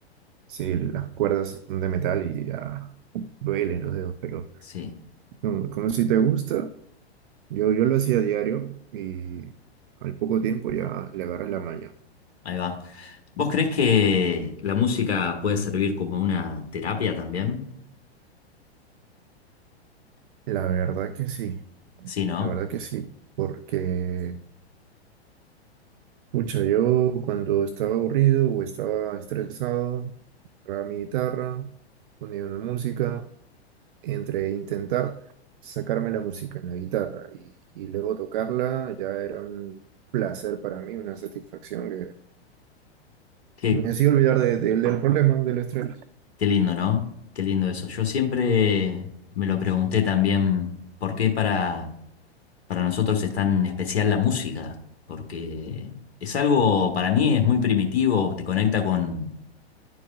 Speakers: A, on the right; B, on the left.
A: si las cuerdas son de metal y ya duelen los dedos, pero
B: Sí,
A: no, como si te gusta, yo, yo lo hacía a diario y al poco tiempo ya le agarras la maña.
B: ahí va. ¿Vos crees que la música puede servir como una terapia también?
A: La verdad que sí,
B: Sí, ¿no?
A: la verdad que sí, porque, pucha, yo cuando estaba aburrido o estaba estresado, agarraba mi guitarra, ponía una música entre intentar sacarme la música en la guitarra y, y luego tocarla, ya era un placer para mí, una satisfacción que
B: qué
A: me hacía olvidar de- de- del problema, del estrés.
B: Qué lindo, ¿no? Qué lindo eso. Yo siempre me lo pregunté también, ¿por qué para, para nosotros es tan especial la música? Porque es algo, para mí es muy primitivo, te conecta con,